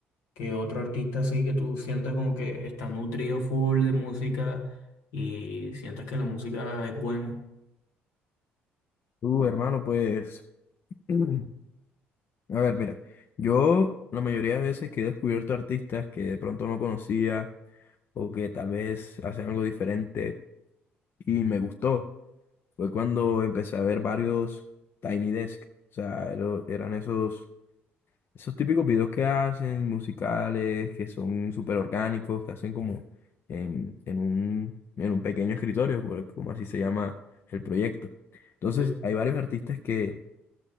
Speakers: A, on the left; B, on the left.
A: que otro artista así que tú sientas como que está nutrido full de música y sientas que la música es buena.
B: Tú, hermano, pues, <clears throat> a ver, mira, yo la mayoría de veces que he descubierto artistas que de pronto no conocía o que tal vez hacen algo diferente y me gustó, fue cuando empecé a ver varios Tiny Desk. O sea, ero- eran esos Esos típicos videos que hacen, musicales, que son súper orgánicos, que hacen como en, en un, en un pequeño escritorio, como, como así se llama el proyecto. Entonces,
A: Sí.
B: hay varios artistas que,